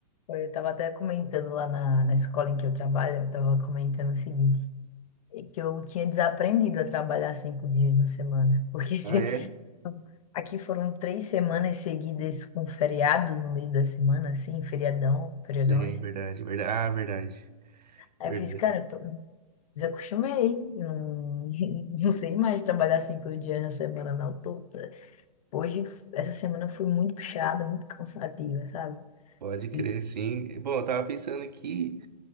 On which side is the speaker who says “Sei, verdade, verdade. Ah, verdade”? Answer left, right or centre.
Right